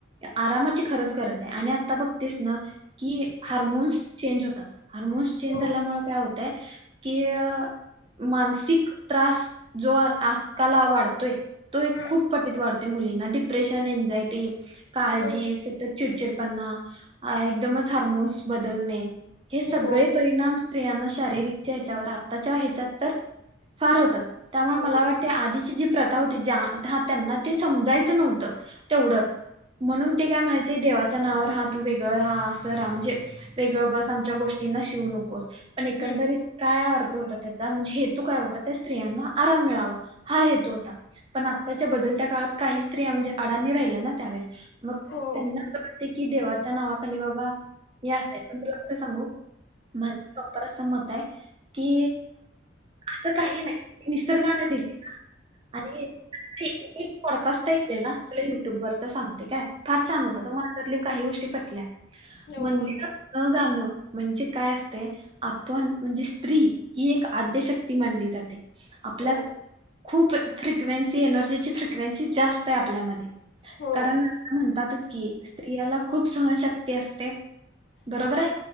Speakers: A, on the right; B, on the left.
A: आरामाची खरंच गरज आहे आणि आता बघ तेच ना की
B: हो
A: हार्मोन्स चेंज होतात. हार्मोन्स चेंज
B: हो
A: झाल्यामुळे काय होत. ते कि अ मानसिक त्रास जो आ आजकाल वाढतोय तो एक
B: हा
A: खूप पटीत वाढतोय मुली डिप्रेशन, एन्झायटी, काळजी
B: हो
A: सतत चिडचिड पणा. अ एकदमच हार्मोन्स बदलणे हे
B: हो
A: सगळे परिणाम स्त्रियांना शारीरिकच्या ह्याच्यावर आताच्या ह्याच्यात तर फार होतात त्यामुळे
B: हो
A: मला वाटते आधीची जी प्रथा होती ज्या हा त्यांना ते समजायच नव्हतं. तेवढं म्हणून ते काय म्हणायचे देवाच्या नावावर हा तू व्य राहा असं राहा म्हणजे वेगळं बस आमच्या गोष्टींना शिवू नकोस. पण एकंदरीत
B: हम्म
A: काय अर्थ होता त्याचा म्हणजे? हे तो काय होता त्या स्त्रियांना आराम मिळावा हा हेतू होता पण आताच्या
B: हो
A: बदलत्या काळात काही स्त्रिया म्हणजे अडाणी राहिला ना त्यावेळेस मग
B: हो
A: त्यांना असं वाटते की देवा च्या नावाखाली बाबा हे असय पण तुला कस सांगू? माझं प्रॉपर असं मत आहे की असं काही नाही निसर्गान दिल न. आणि एक एक पॉडकास्ट ऐकलेला तुला युट्यूब वरच सांगते काय. फार छान होत तो मला त्यातली काही गोष्टी पटल्या
B: हो
A: मंदिरात
B: बोल
A: न जाणं म्हणजे काय असते आपण म्हणजे स्त्री ही एक आद्यशक्ती मानली जाते. आपल्यात
B: हो
A: खूप फ्रिक्वेन्सी, एनर्जीची फ्रिक्वेन्सी जास्त आय आपल्यामध्ये
B: हो
A: कारण आता म्हणतातच की स्त्रियाला खूप सहनशक्ती असते. बरोबर
B: <unintelligible>
A: आहे?